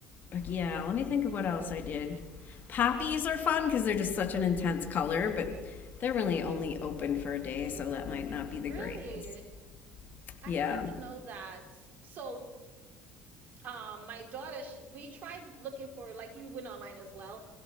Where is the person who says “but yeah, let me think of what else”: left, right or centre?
Left